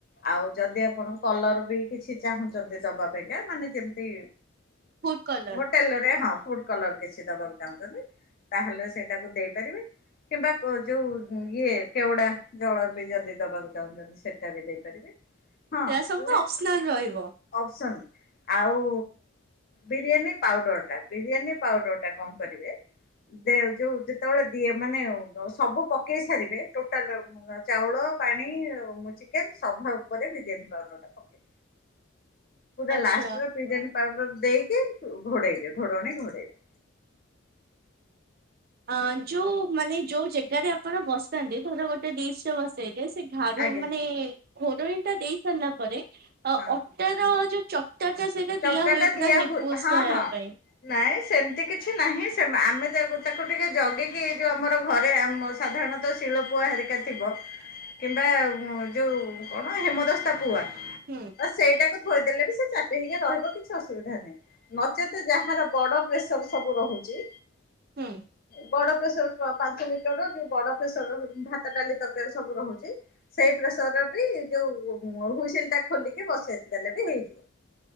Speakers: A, on the left; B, on the right.
A: ଆଉ ଯଦି ଆପଣ କଲର ବି କିଛି ଚାହୁଁଛନ୍ତି ଦବା ପାଇଁକା ମାନେ ଯେମିତି
B: ଫୁଡ କଲର
A: ହୋଟେଲରେ ହଁ ଫୁଡ୍ କଲର୍ କିଛି ଦବାକୁ ଚାହୁଁଛନ୍ତି? ତାହେଲେ ସେଇଟାକୁ ଦେଇପାରିବେ କିମ୍ବା କ ଯୋଉ ଇଏ କେଉଡା ଜଳ ବି ଯଦି ଦବାକୁ ଚାହୁଁଛନ୍ତି ସେଟା ବି ଦେଇପାରିବେ ହଁ
B: ସେରା ସବୁ
A: ବୁଢି
B: ତ ଅପସନାଲ ରହିବ
A: ଅପସନ୍। ଆଉ ବିରିୟାନୀ ପାଉଡର୍ ଟା ବିରିୟାନୀ ପାଉଡର୍ ଟା କଣ କରିବେ? ଦେ ଯୋଉ ଯେତେବେଳେ ଦିଏ ମାନେ ସବୁ ପକେଇ ସାରିବେ ଟୋଟାଲ୍ ଟା ଚାଉଳ ପାଣି ଆଉ ଚିକେନ୍ ସଭା ଉପରେ ବିରିୟାନୀ ପାଉଡର ଟା ପକେଇ ପୁରା
B: ଆଚ୍ଛା
A: ଲାଷ୍ଟ୍ ରେ ବିରିୟାନୀ ପାଉଡର ଦେଇକି ଘୋଡେଇବେ ଘୋଡଣି ଘୋଡେଇବେ।
B: ଅ ଯୋଉ ମାନେ ଯୋଉ ଜାଗାରେ ଆପଣ ବସିଥାନ୍ତି। ଥର ଗୋଟେ ଡିଶରେ ବସେଇଲେ ସେ ଠାରୁ
A: ଆଜ୍ଞା
B: ମାନେ ଘୋରନି ଟା ଦେଇ ସାରିଲା ପରେ ଅ
A: ହଁ
B: ତାର ଯୋଉ ଚକ୍ଟ ଟା ସେଇଟା
A: ଚକଟାଟା
B: ଦିଆ ହୁଏ ପୁରା
A: ଦିଆ
B: ନିବୁଜ
A: ହୁଏ ହଁ
B: ରହିବା
A: ହଁ।
B: ପାଇଁ।
A: ନାଇଁ ସେମିତି କିଛି ନାହିଁ। ଆମେ ତାକୁ ଟିକେ ଜଗିକି ଏଇ ଯୋଉ ଆମର ଘରେମ ଆମ ସାଧାରଣତଃ ତିଳପୁଆ ହେରିକା ଥିବ। କିମ୍ବା ଯୋଉ କଣ ହେମଦସ୍ତା ପୁଆ?
B: ହୁଁ।
A: ତ ସେଇଟାକୁ ଥୋଇ ଦେଲେପି ବି ସେ ଚା କେହି କି ରହିବ କିଛି ଅସୁବିଧା ନାହିଁ। ନଚେତ ଯାହାର ବଡ଼ ପ୍ରେସର ସବୁ ରହୁଛି।
B: ହୁଁ
A: ବଡ ପ୍ରେସର ପାଞ୍ଚ ଲି ତେଣୁ ଯେ ବଡ ପ୍ରେସର ଭାତ ଡାଲି ତରକାରୀ ସବୁ ରହୁଛି। ସେଇ ପ୍ରସର ବି ଯୋଉ ହୁଇସିଲ ଟା ଖୋଲିକି ବସେଇ ଦେଲେ ବି ହେଇଯିବ।